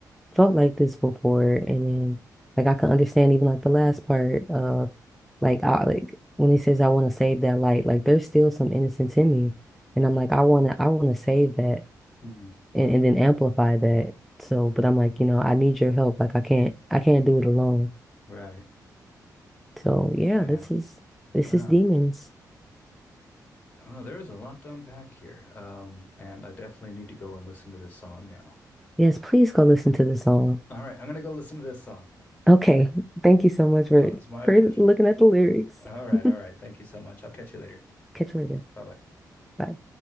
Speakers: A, in the centre; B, on the left (about 25°).
A: felt like this before and then like I can understand even like the last part of like I like when he says I want to save that light like there's still some innocence in me and I'm like I want to I want to save that
B: Mhm.
A: and, and then amplify that so but I'm like you know I need your help like I can't I can't do it alone
B: Right.
A: so yeah
B: Man.
A: this is this
B: Wow.
A: is Demons
B: Oh, there is a lot to unpack here. Um, and I definitely need to go and listen to this song now.
A: yes please go listen to the song
B: All right, I'm gonna go listen to this song.
A: okay thank you so much for
B: Oh, it's my
A: for
B: pleasure.
A: looking at the lyrics
B: All right,
A: <laughs>
B: all right. Thank you so much. I'll catch you later.
A: catch you later
B: Bye bye.
A: Bye.